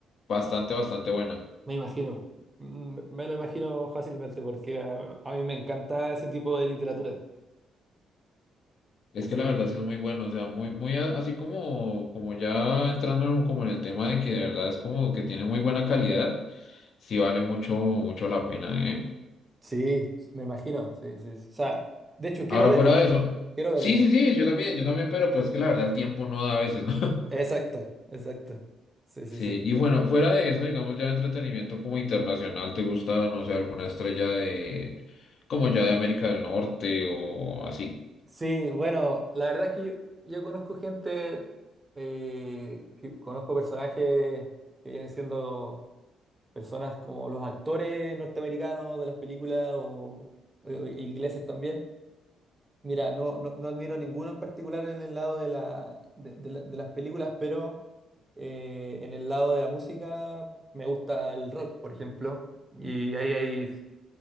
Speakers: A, on the left; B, on the right.
A: bastante, bastante buena.
B: me imagino. Mm, Me lo imagino fácilmente porque a, a mí me encanta ese tipo de literatura.
A: Es
B: Así
A: que la verdad
B: que
A: sí es muy bueno, o sea, muy, muy a- así como, como ya entrando en- como en el tema de que de verdad es como que tiene muy buena calidad, sí vale mucho, mucho la pena, ¿eh?
B: sí, me imagino, sí, sí. O sea, de hecho, quiero
A: Ahora
B: verla,
A: fuera de eso.
B: quiero verla.
A: Sí, sí, sí, yo también, yo también, pero pues que la verdad el tiempo no da a veces, ¿no?
B: Exacto, exacto. Sí, sí,
A: Sí,
B: sí.
A: y bueno, fuera de eso, digamos ya de entretenimiento como internacional, ¿te gusta, no sé, alguna estrella de, como ya de América del Norte o así?
B: Sí, bueno, la verdad es que yo, yo conozco gente, eh, que- conozco personajes que vienen siendo personas como los actores norteamericanos de las películas o, o- o ingleses también. Mira, no, no, no admiro ninguno en particular en el lado de, la, de, de la- de las películas, pero eh, en el lado de la música me gusta el rock, por ejemplo, y ahí hay